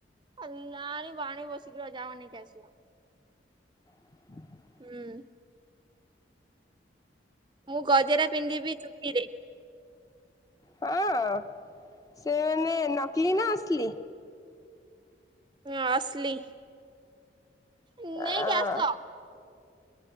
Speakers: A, on the right (about 25°); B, on the left (about 20°).
A: ନାଇଁ ବାଣୀ ବସିକି ଯାଅ ନେଇକି ଆସିବ।
B: ହ
A: ହୁଁ ମୁଁ ଗଜରା ପିନ୍ଧିବି ଚୁଟିରେ।
B: ହଁ ସେ ମାନେ ନକଲି ନା ଅସଲି।
A: ହଁ ଅସଲି ନେଇ
B: ଆଁ
A: କି ଆସ।